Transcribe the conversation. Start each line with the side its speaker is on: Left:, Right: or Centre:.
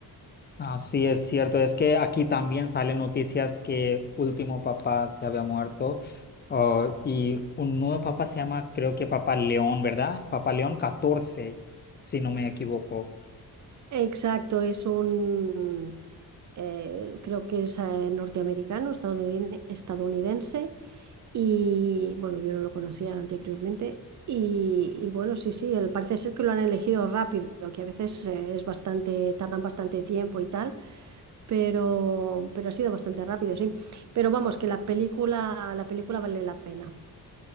Left: así es cierto, es que aquí también salen noticias que último papa se había muerto ah, y un nuevo papa se llama, creo que Papa León, ¿verdad? Papa León 14, si no me equivoco.
Right: Exacto, es un, eh, creo que es eh, norteamericano, estadounidene- estadounidense, y bueno, yo no lo conocía anteriormente. Y, y, bueno, sí, sí, él parece ser que lo han elegido rápido, que a veces eh, es bastante, tardan bastante tiempo y tal, pero, pero ha sido bastante rápido, sí. Pero vamos, que la película, la película vale la pena.